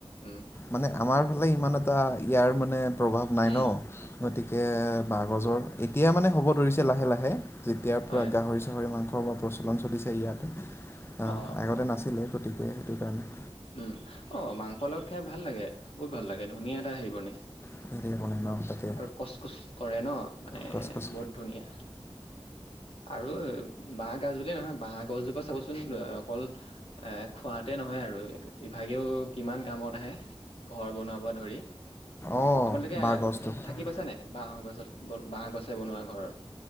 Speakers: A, on the left; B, on the left.
A: উম।
B: মানে আমাৰ ফালে ইমান এটা ইয়াৰ মানে প্ৰভাৱ নাই
A: উম
B: ন'। গতিকে বাঁহ গজৰ, এতিয়া মানে হ'ব ধৰিছে লাহে লাহে, যেতিয়া
A: হয়
B: পূৰা গাহৰি চাহৰি মাংস অলপ প্ৰচলন চলিছে ইয়াতে,
A: অ
B: আগতে নাছিলে গতিকে সেইটো কাৰণে
A: উম, অ', মাংসৰ লগত খাই ভাল লাগে, বহুত ভাল লাগে, ধুনীয়া এটা হেৰি বনে।
B: <unintelligible> বনে ন। তাকে
A: আৰু কচ, কুছ কৰে ন', মানে
B: গছ গছ
A: বহুত ধুনীয়া। আৰু বাঁহ গাজ বুলিয়ে নহয়, বাঁহ গছজোপা চাবচোন অকল এ, খোৱাতে নহয় আৰু ইভাগেও কিমান কামত আহে। ঘৰ বনোৱাৰ পৰা ধৰি।
B: অঁ
A: আপোনলোকে
B: বাঁহ গছটোৰ কথা
A: থাকি
B: ক'লোঁ।
A: পাইছেনে, বাঁহ গছত, বন বাঁহ গছে বনোৱা ঘৰ?